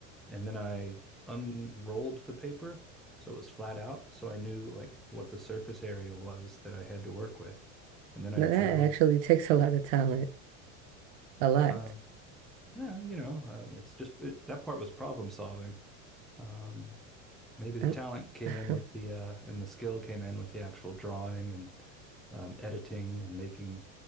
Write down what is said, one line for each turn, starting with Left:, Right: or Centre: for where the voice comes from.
Centre: And then I unrolled the paper so it was flat out. So I knew like what the surface area was that I had to work with. And then I
Right: That
Centre: drew,
Right: actually <laughs> takes a lot of talent. A lot.
Centre: uh, no, you know, um, it's just it, that part was problem solving. Um, maybe the
Right: Um.
Centre: talent came
Right: <laughs>
Centre: in with the uh and the skill came in with the actual drawing and um, editing and making